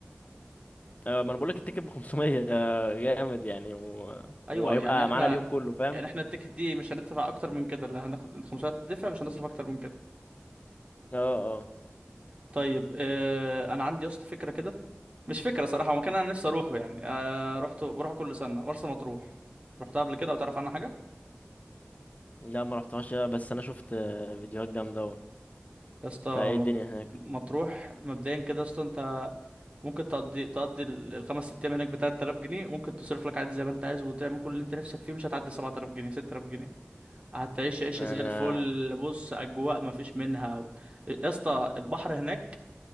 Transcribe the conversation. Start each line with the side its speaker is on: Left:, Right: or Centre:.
Left: ما انا بقول لك التيكت ب 500 آه، جامد يعني و...
Right: ايوه
Left: وهيبقى
Right: يعني احنا
Left: معانا اليوم كله فاهم
Right: يعني احنا التيكت دي مش هندفع اكتر من كده اللي هناخد الخمسمية تدفع مش هنصرف اكتر من كده
Left: اه اه
Right: طيب اه انا عندي يا اسطى فكره كده مش فكره صراحه هو مكان انا نفسي اروحه يعني انا رحت بروحه كل سنه مرسى مطروح رحتها قبل كده او تعرف عنها حاجه
Left: لا ما رحتهاش آه، بس انا شفت آه، فيديوهات جامده قوي
Right: يا اسطى
Left: فايه
Right: مط...
Left: الدنيا هناك
Right: مطروح مبدئيا كده يا اسطى انت ممكن تقضي تقضي ال- الخمس ست ايام هناك ب 3000 جنيه ممكن تصرف لك عادي زي ما انت عايز وتعمل كل اللي انت نفسك فيه مش هتعدي 7000 جنيه 6000 جنيه هتعيش عيشة
Left: انا
Right: زي الفل بص أجواء مفيش منها يا اسطى البحر هناك